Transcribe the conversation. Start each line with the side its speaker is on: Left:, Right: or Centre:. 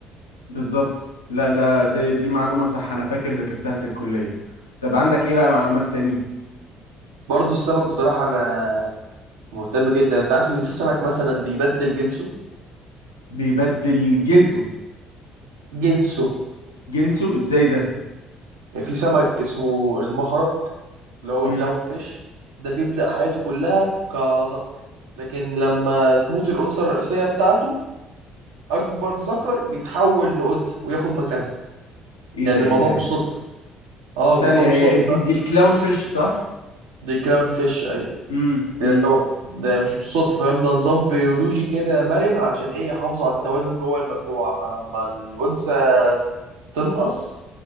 Left: بالظبط لا ده دي, دي معلومة صح انا فاكر ذاكرتها في الكلية طب عندك ايه بقى معلومات تاني
Right: برضه السمك بصراحه انا مهتم جدا انت عارف ان في سمك مثلا بيبدل جنسه
Left: بيبدل جلده
Right: جنسه
Left: جنسه ازاي ده
Right: يعني في سمك اسمه المهرج اللي هو
Left: امم
Right: كلاون فيش ده بيبدأ حياته كلها كذكر لكن لما تموت الأنثى الرئيسية بتاعته أكبر ذكر بيتحول لأنثى وياخد مكانها
Left: ايه
Right: يعني
Left: ده ايه
Right: الموضوع
Left: ده ايه
Right: مش
Left: ده
Right: صدفة اه
Left: ثانية
Right: الموضوع مش
Left: هي
Right: صدفة
Left: إيه دي
Right: فاهم
Left: دي الكلاون فيش صح
Right: دي كلاون فيش أيوه
Left: امم
Right: ده,
Left: امم
Right: ده ده مش مش صدفة فاهم ده نظام بيولوجي كده مرن عشان إيه يحافظوا على التوازن جوه المجموعة فلما الأنثى تنقص